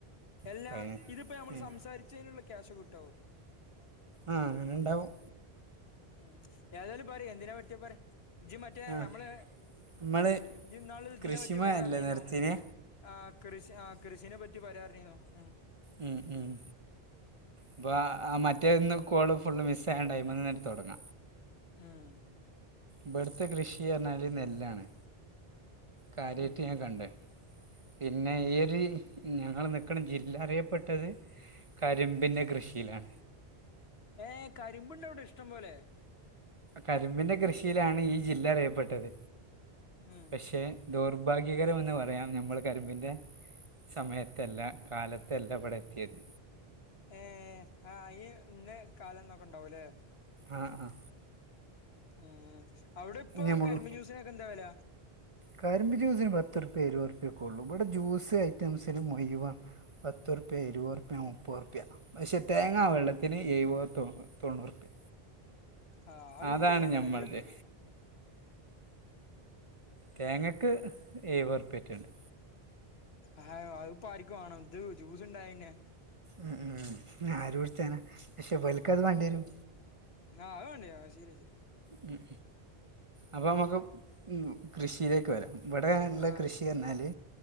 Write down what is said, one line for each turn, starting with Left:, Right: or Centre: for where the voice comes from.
Left: എല്ലാ
Right: അപ്പൊ അതിന്
Left: ഇതിപ്പോ നമ്മൾ
Right: ഉം.
Left: സംസാരിച്ചതിനുള്ള ക്യാഷ് കിട്ടോ <unintelligible>
Right: ആഹ് അങ്ങനെ ഇണ്ടാവും
Left: ഉം ഏതായാലും പറയ് എന്തിനാ പറ്റി പറയ് ജ്ജ് മറ്റേ
Right: ആ
Left: നമ്മള്
Right: നമ്മള്
Left: ജ്ജ് ഇന്നാള് ഇതിനെ
Right: കൃഷിമയല്ലേ
Left: പറ്റി പറയാ എന്ന് പറഞ്ഞിനു
Right: നിർത്തിന്
Left: എന്ത് ആ കൃഷി ആ കൃഷീനെ പറ്റി പറയാറിന്നിന്നു മ്മ്
Right: മ്മ് മ്മ് അപ്പൊഅ മറ്റേന്ന് കോള് ഫുള്ള് മിസ് ആയോണ്ട് അതിൽമേന്ന് അങ്ങ് തുടങ്ങ
Left: മ്മ്
Right: ഇവിടുത്തെ കൃഷി പറഞ്ഞാൽ നെല്ലാണ് കാര്യായിട്ട്
Left: ഉം
Right: ഞാൻ കണ്ടേ പിന്നെ ഈ
Left: ഉം
Right: ഒരു ഞങ്ങൾ നിൽക്കണ ജില്ല അറിയപ്പെട്ടത് കരിമ്പിൻ്റെ കൃഷി <unintelligible>
Left: ഏഹ് കരിമ്പുണ്ടോ അവിടെ ഇഷ്ടം പോലെ
Right: കരിമ്പിന്റെ കൃഷിയിലാണ് ഈ ജില്ല അറിയപ്പെട്ടത്.
Left: മ്മ്
Right: പക്ഷെ ദൗർഭാഗ്യകരമന്ന് പറയാം നമ്മൾ കരിമ്പിൻ്റെ സമയത്തല്ല കാലത്തല്ല ഇവിടെ എത്തിയത്
Left: ഏ ആ അയിന് ഇന്ന കാലം എന്നൊക്കെ ഉണ്ടാവുംല്ലേ
Right: ആഹ് ആഹ്
Left: ഉം അവിടെ ഇപ്പൊ
Right: നമ്മൾ
Left: കരിമ്പിൻ ജ്യൂസിനൊക്കെ എന്താ വില
Right: കരിമ്പ് ജ്യൂസിന് പത്ത് റുപ്യേ ഇരുപത് റുപ്യേയൊക്കെ ഉള്ളൂ ഇവിടെ ജ്യൂസ് ഐറ്റംസന് മുഴുവൻ പത്ത് റുപ്യ ഇരുപത് റുപ്യ മുപ്പത് റു പ്യ പക്ഷെേ തേങ്ങ വെള്ളത്തിന് എഴുപതു തൊണ്ണൂറുപ്യ
Left: ആ അത്
Right: അതാണ്
Left: കിട്ടൂല
Right: ഞമ്മള്‌ടെ
Left: നാല് കിലോ കിട്ടൂല
Right: തേങ്ങക്ക് എഴുപതുർപ്യേട്ടുണ്ട്
Left: ആഹോ അത്പ്പോ ആർക്ക് വേണം ഇത് ജ്യൂസ് ഉണ്ടായന്നെ
Right: ഉ ഉം ആര് കുടിച്ചാന പക്ഷെ ഇവർക്കത് വേണ്ടി വരും
Left: ആഹ് അത് വേണ്ടി വരും സീരിയസ്
Right: ഉം അപ്പൊ നമുക്കും കൃഷിയിലേക്ക് വരാം ഇവിടെ ഉള്ള
Left: ആ
Right: കൃഷി എന്നാല്